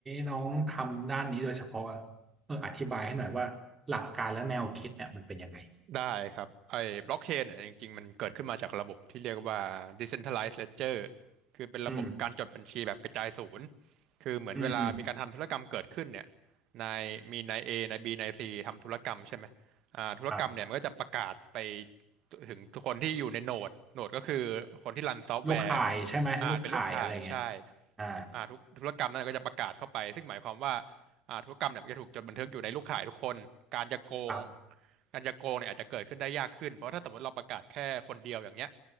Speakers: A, on the right; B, on the right.
A: น้องทำด้านนี้โดยเฉพาะอะเอออธิบายให้หน่อยว่าหลักการและแนวคิดเนี่ยมันเป็นยังไง
B: ได้ครับไอ้บล็อกเชนเนี่ยจริงๆมันเกิดขึ้นมาจากระบบที่เรียกว่า decentralized ledger คือเป็นระบบการจดบัญชีแบบกระจายศูนย์
A: อืม
B: คือเหมือนเวลามีการทำธุรกรรมเกิดขึ้นเนี่ย
A: อืมอืม
B: นายมีนาย A นาย B นาย C ทำธุรกรรมใช่ไหมอ่าธุรกรรมเนี่ยมันก็จะประกาศไป
A: ครับ
B: ถึงทุกคนที่อยู่ในโหนดโหนดก็คือคนที่รันซอฟต์แวร์
A: ลูกข่ายใช่ไหมลูกข่ายอะไรเงี้ย
B: อาจเป็นลูกข่ายใช่
A: อ่า
B: อ่าทุกธุรกรรมนั้นก็จะประกาศเข้าไปซึ่งหมายความว่า อ่าธุรกรรมเนี่ยมันจะถูกจดบันทึกอยู่ในลูกข่ายทุกคน การจะโกง
A: ครับ
B: การจะโกงเนี่ยอาจจะเกิดขึ้นได้ยากขึ้น เพราะถ้าสมมติเราประกาศแค่คนเดียวอย่างเงี้ย